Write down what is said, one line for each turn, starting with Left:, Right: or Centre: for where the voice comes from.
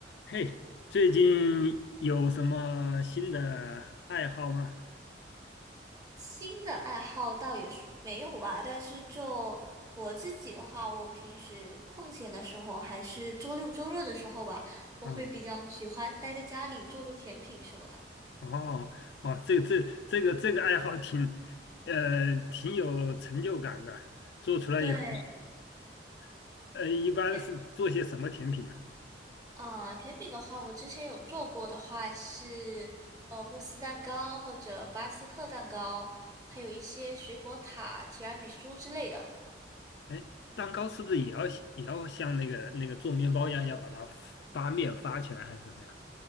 Left: 嘿，最近有什么新的爱好吗？
Right: 新的爱好倒也是没有吧，但是就我自己的话，我平时空闲的时候，还是周六周日的时候吧，我会比较喜欢待在家里做做甜品什么的。
Left: 啊、哦，哦，这个这这个这个爱好挺，呃，挺有成就感的。做出来以后，
Right: 对，
Left: <laughs> 呃，一般是做些什么甜品呢？
Right: 甜呃，甜品的话，我之前有做过的话是呃慕斯蛋糕或者巴斯克蛋糕，还有一些水果塔、提拉米苏之类的。
Left: 哎，蛋糕是不是也要也要像那个那个做面包一样，要把它发面发起来，还是怎么样？